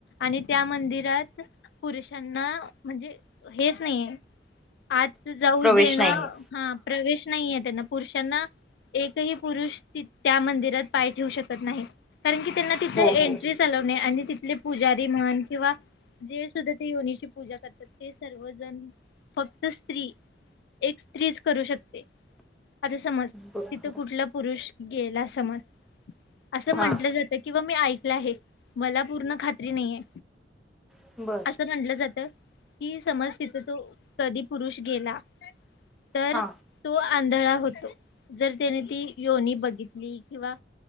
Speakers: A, on the left; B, in the centre.
A: आणि त्या मंदिरात पुरुषांना म्हणजे हेच नाहीये आज जाऊ
B: प्रवेश
A: देण
B: नाहीये
A: हा प्रवेश नाहीय त्यांना पुरुषांना एकही पुरुष त्या मंदिरात पाय ठेवू शकत नाही. कारण की त्यांना तिथं
B: हो
A: एंट्री
B: हो
A: चालवणे आणि तिथले पुजारी म्हण किंवा जे सुद्धा ते योनीची पूजा करतात ते सर्वजण फक्त स्त्री एक स्त्रीच करू शकते आता समज तिथं
B: बर हो
A: कुठला पुरुष गेला समज असं
B: हा
A: म्हंटलं जातं किंवा मी ऐकलं आहे मला पूर्ण खात्री नाहीे
B: बरं
A: असं म्हटलं जातं कि समज तिथं तो पुरुष गेला तर
B: हा
A: तो आंधळा होतो जर त्याने ती योनी बघितली किंवा